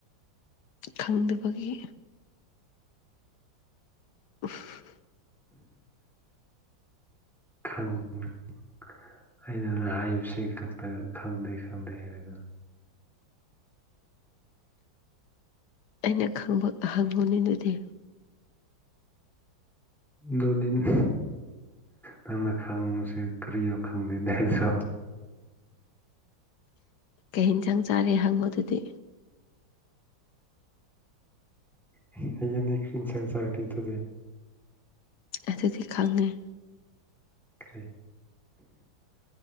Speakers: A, on the left (about 65°); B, in the centre.
A: ꯈꯪꯗꯕꯒꯤ ꯑꯣꯐ
B: ꯈꯪ <inaudible> ꯑꯩꯅ ꯂꯥꯏꯕꯁꯤꯡ ꯈꯛꯇ ꯈꯪꯗꯦ ꯈꯪꯗꯦ ꯍꯥꯏꯔꯒ
A: ꯑꯩꯅ ꯈꯪꯕ ꯑꯍꯪꯕ <unintelligible> ꯗꯨꯗꯤ
B: ꯗꯨ <unintelligible> ꯅꯪꯅ ꯈꯥꯡꯕꯁꯦ ꯀꯔꯤꯅ‌ꯣ ꯈꯪꯗꯦꯅꯦ ꯑꯩꯁꯨ
A: ꯀꯩ ꯏꯟꯁꯥꯡ ꯆꯥꯔꯦ ꯍꯪꯎ ꯗꯨꯗꯤ
B: ꯍ ꯍꯌ‌ꯦꯡꯗꯤ ꯀꯔꯤ ꯏꯟꯁꯥꯡ ꯆꯥ <unintelligible> ꯅꯤ ꯗꯨꯗꯤ
A: ꯑꯗꯨꯗꯤ ꯈꯪꯉ‌ꯦ
B: ꯀꯔꯤ